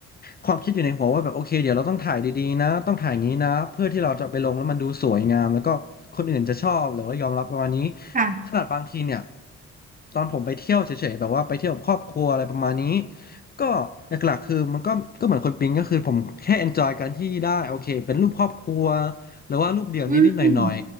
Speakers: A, on the left; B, on the right.
A: ความคิดอยู่ในหัวว่าแบบโอเคเดี๋ยวเราต้องถ่ายดีๆนะต้องถ่ายอย่างนี้นะเพื่อที่เราจะไปลงแล้วมันดูสวยงามแล้วก็คนอื่นจะชอบหรือว่ายอมรับประมาณนี้
B: ค่ะ
A: ขนาดบางทีเนี่ยตอนผมไปเที่ยวเฉยๆแบบว่าไปเที่ยวกับครอบครัวอะไรประมาณนี้ก็หลักๆคือมันก็ก็เหมือนคนปิ๊งก็คือผมแค่ enjoy การที่ได้โอเคเป็นรูปครอบครัวหรือว่ารูปเดี่ยวนิดๆหน่อย
B: อืม